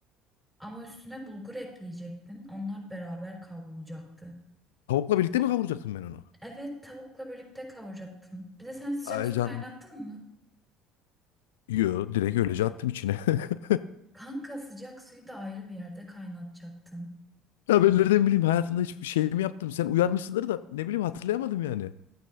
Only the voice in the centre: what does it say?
Ama üstüne bulgur ekleyecektin. Onlar beraber kavrulacaktı.
Evet, tavukla birlikte kavuracaktın. Bir de sen sıcak
su
kaynattın mı?
Kanka sıcak suyu da ayrı bir yerde kaynatacaktın.